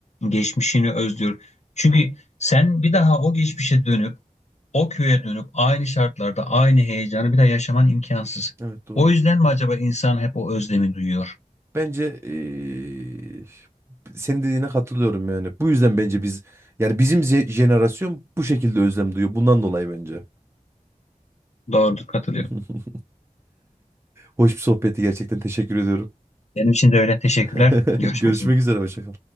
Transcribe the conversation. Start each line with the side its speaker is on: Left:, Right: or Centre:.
Left: geçmişini özlüyor. Çünkü sen bir daha o geçmişe dönüp o köye dönüp aynı şartlarda aynı heyecanı bir daha yaşaman imkansız.
Right: Evet doğru.
Left: O yüzden mi acaba insan hep o özlemi duyuyor?
Right: Bence eee, senin dediğine katılıyorum yani. Bu yüzden bence biz yani bizim ze- jenerasyon bu şekilde özlem duyuyor. Bundan dolayı bence.
Left: Doğrudur, katılıyorum.
Right: <laughs> Hoş bir sohbetti gerçekten teşekkür ediyorum.
Left: Benim için de öyle. Teşekkürler.
Right: <laughs>
Left: Görüşmek
Right: Görüşmek
Left: üzere.
Right: üzere hoşça kal.